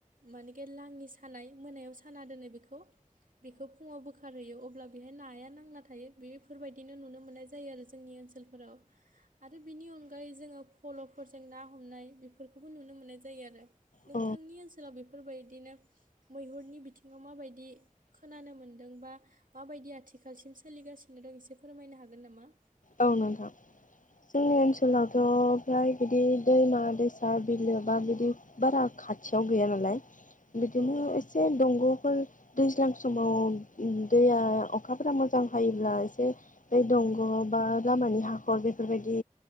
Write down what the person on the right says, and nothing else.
मानेके लाङि सानाय मोनायाव साना दोनो बेखौ बेखौ फुङाव बोखारहोयो अब्ला बेहाय नाया नांला थायो बेफोरबायदिनो नुनो मोननाय जायो आरो जोंनि ओनसोलाव स्कुलफोराव आरो बेनि अनगायै जोङो फल'फोरजों ना हमनाय बेफोरखौबो नुनो मोननाय जायो आरो नोंथांनि
ओनसोलाव बेफोरबायदिनो मैहुरनि बिथिङाव माबायदि खोनानो मोनदों बा माबायदि आथिखालसिम सोलिगासिनो दं एसे फोरमायनो हागोन नामा
औ
औ